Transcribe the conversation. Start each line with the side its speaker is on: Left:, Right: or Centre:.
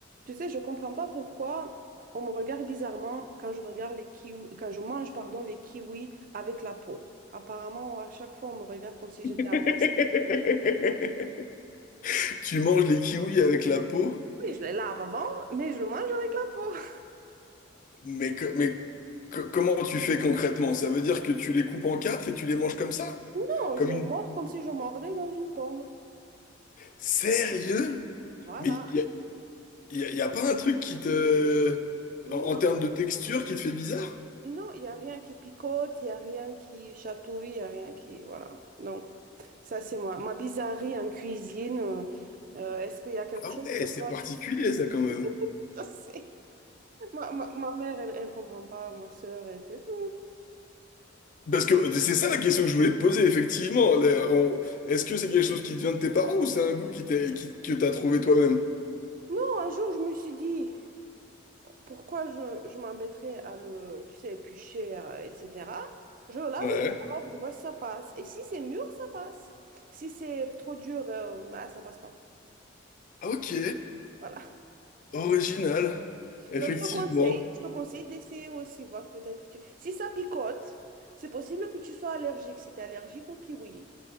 Right: Tu sais, je comprends pas pourquoi on me regarde bizarrement quand je regarde les kiwis, quand je mange, pardon, les kiwis avec la peau. Apparemment, à chaque fois, on me regarde comme si j'étais
Left: <laughs>
Right: un monstre.
Left: Tu manges les kiwis avec la peau,
Right: Oui, je les lave avant, mais je le mange avec la peau. <laughs>
Left: mais, que- mais que- comment tu fais concrètement? Ça veut dire que tu les coupes en quatre et tu les manges comme ça?
Right: Non,
Left: Comme
Right: je
Left: une...
Right: mords comme si je mordais dans une pomme.
Left: Sérieux?
Right: Voilà.
Left: Mais il y a, y a- y a pas un truc qui te... En, en
Right: Non,
Left: termes de texture qui te fait bizarre?
Right: non, il n'y a rien qui picote, il n'y a rien qui chatouille, il n'y a rien qui... Voilà. Donc, ça, c'est moi. Ma bizarrerie en cuisine. euh, euh, est-ce qu'il y a quelque
Left: Ah
Right: chose
Left: ouais,
Right: que toi,
Left: c'est particulier
Right: tu...
Left: ça quand même.
Right: <laughs> Ça, c'est... Ma, ma- ma mère, elle, elle comprend pas. Ma sœur, elle fait. Hmm.
Left: Parce que c'est ça la question que je voulais te poser, effectivement. Là, on- Est-ce que c'est quelque chose qui te vient de tes parents ou c'est un goût qui t'est- qui- que t'as trouvé toi-même?
Right: Non, un jour, je me suis dit, pourquoi je, je m'embêterais à le, tu sais, éplucher, euh, etc. Je lave
Left: Ouais.
Right: et je sors, je vois si ça passe. Et si c'est mûr, ça passe. Si c'est trop dur, euh, ah, ça passe pas.
Left: Ok.
Right: Voilà.
Left: Original, effectivement.
Right: Donc, je te conseille, je te conseille d'essayer aussi, voir peut-être. que tu- Si ça picote, c'est possible que tu sois allergique. Si tu es allergique au kiwi,